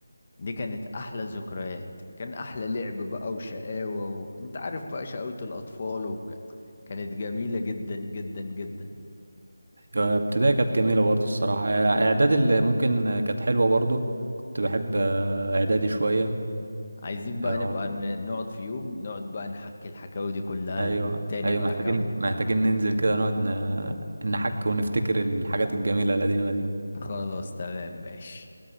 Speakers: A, on the left; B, on the right.
A: دي كانت احلى ذكريات كان احلى لعب بقى وشقاوة و... انت عارف بقى شقاوة الاطفال وك... كانت جميلة جدا جدا جدا
B: آه، ابتدائي كانت جميلة برضه الصراحة آه، اعدادي اللي ممكن آه، كانت حلوة برضه كنت بحب آه، اعدادي شوية
A: عايزين بقى
B: آه،
A: نبقى ن- نقعد في يوم نقعد بقى نحكي الحكاوي دي كلها
B: ايوه
A: تاني
B: ايوه
A: بقى
B: محتاجين
A: كاملة
B: محتاجين ننزل كده نقعد ن... نحك ونفتكر الحاجات الجميلة القديمة دي
A: خلاص تمام ماشي